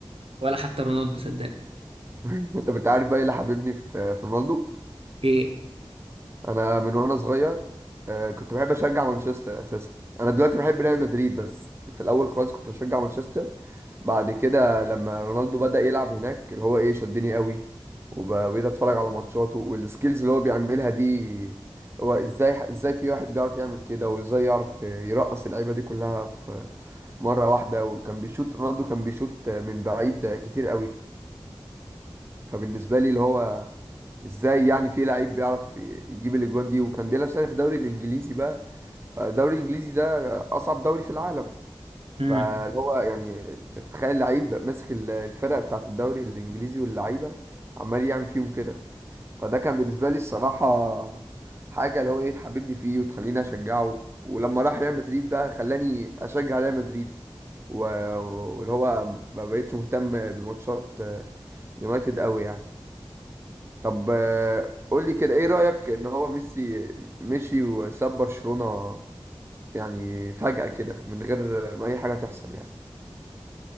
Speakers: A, on the right; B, on the right.
A: ولا حتى رونالدو صدق
B: <laughs> طب انت عارف بقى ايه اللي حببني في في رونالدو
A: إيه
B: انا من وانا صغير آه، كنت بحب اشجع مانشستر اساسا انا دلوقتي بحب ريال مدريد بس في الاول خالص كنت بشجع مانشستر بعد كده لما رونالدو بدأ يلعب هناك اللي هو ايه شدني قوي وبقيت اتفرج على ماتشاته والسكيلز اللي هو بيعملها دي هو ازاي ازاي في واحد بيعرف يعمل كده وازاي يعرف يرقص اللعيبه دي كلها في مره واحده وكان بيشوط رونالدو كان بيشوط من بعيد كتير قوي فبالنسبه لي اللي هو ازاي يعني في لعيب بيعرف ي- يجيب الاجوان دي وكان بيلعب سنه في الدوري الانجليزي بقى فالدوري الانجليزي ده اصعب دوري في العالم
A: مم.
B: فاللي هو يعني تخيل لعيب ماسك ال- الفرق بتاعت الدوري الانجليزي واللعيبه عمال يعمل فيهم كده فده كان بالنسبه لي الصراحه حاجه اللي هو ايه تحببني فيه وتخليني اشجعه ولما راح ريال مدريد بقى خلاني اشجع ريال مدريد و- واللي هو ما بقتش مهتم بماتشات يونايتد قوي يعني طب آه، قول لي كده ايه رأيك ان هو ميسي مشي وساب برشلونة يعني فجأة كده من غير ما اي حاجة تحصل يعني